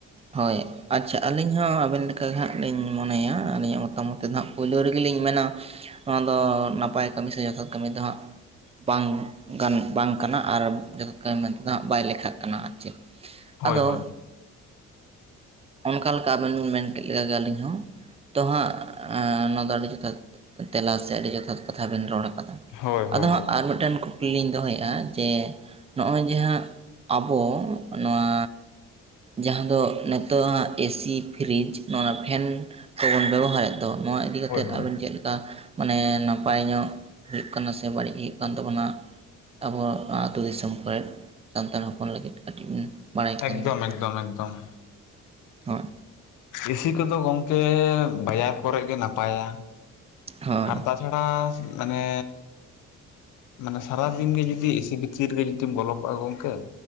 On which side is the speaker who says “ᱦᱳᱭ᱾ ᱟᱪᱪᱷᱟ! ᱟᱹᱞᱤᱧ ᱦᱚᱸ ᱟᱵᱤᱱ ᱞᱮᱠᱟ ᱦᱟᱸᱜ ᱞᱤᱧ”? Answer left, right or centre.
Right